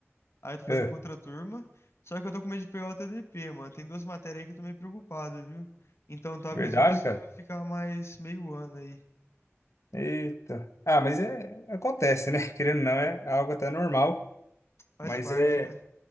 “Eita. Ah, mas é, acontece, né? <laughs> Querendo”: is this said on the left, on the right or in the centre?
Left